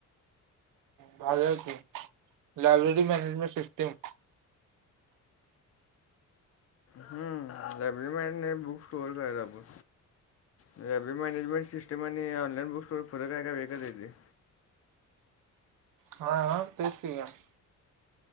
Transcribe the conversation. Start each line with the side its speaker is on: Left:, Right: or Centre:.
Right: भारीय की, लायब्रेरी मॅनेजमेंट सिस्टेम.
Left: हम्म. लायब्रेरी मॅनेज नाही, बुक स्टोर करायच आपण‌ लायब्ररी मॅनेजमेंट सिस्टम आणि ऑनलाईन बुक स्टोर फरक आहे का एकच येते.
Right: हां हां तेच की काय.